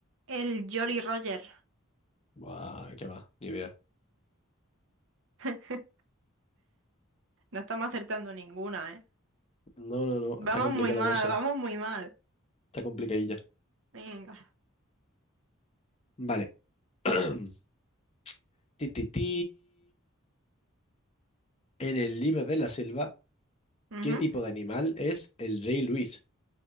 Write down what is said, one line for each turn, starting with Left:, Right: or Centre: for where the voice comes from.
Right: el Jolly Roger.
Left: Guau, qué va, ni idea.
Right: <laughs> No estamos acertando ninguna, ¿eh?
Left: No, no, no,
Right: Vamos
Left: está complicada
Right: muy mal,
Left: la cosa.
Right: vamos muy mal.
Left: Está complicadilla.
Right: Venga.
Left: Vale. <clears throat> Ti, ti, ti. En el libro de la selva,
Right: Ujú.
Left: ¿qué tipo de animal es el rey Luis?